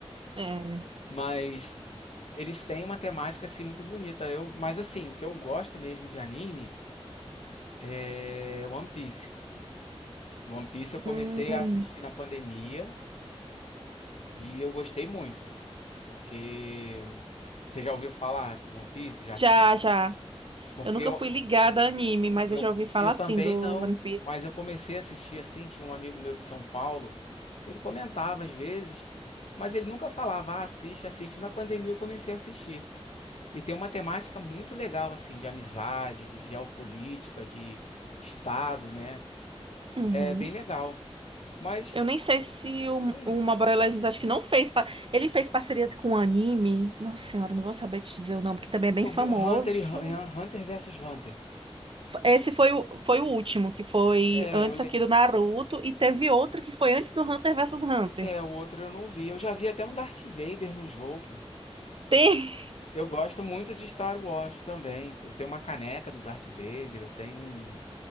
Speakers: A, on the right; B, on the left.
A: é.
B: Mas eles têm uma temática assim muito bonita. Eu, mas assim, o que eu gosto mesmo de anime é One Piece. One Piece eu comecei
A: Hum,
B: a assistir na pandemia e eu gostei muito, porque você já ouviu falar do One Piece? Já
A: já,
B: se...
A: já.
B: Porque
A: Eu nunca
B: eu,
A: fui ligada a anime, mas
B: Eu,
A: eu já ouvi falar
B: eu
A: assim
B: também
A: do
B: não,
A: One Piece.
B: mas eu comecei a assistir assim. Tinha um amigo meu de São Paulo, ele comentava às vezes, mas ele nunca falava, ah, assiste, assiste. Na pandemia eu comecei a assistir. E tem uma temática muito legal, assim, de amizade, de geopolítica, de Estado, né?
A: Uhum.
B: É bem legal. Mas,
A: Eu nem sei se o,
B: hum,
A: o Mobile Legends acho que não fez. pa- Ele fez parceria com o anime. Nossa senhora, não vou saber te dizer o nome, porque também é bem
B: eu
A: famoso.
B: vi Hunter e Hun- Hunter versus Hunter.
A: Esse foi o, foi o último, que foi
B: É,
A: antes
B: eu le...
A: aqui do Naruto, e teve outro que foi antes do Hunter versus Hunter.
B: é, o outro eu não vi. Eu já vi até um Darth Vader no jogo.
A: Tem.
B: Eu gosto muito de Star Wars também. Eu tenho uma caneca do Darth Vader, eu tenho um,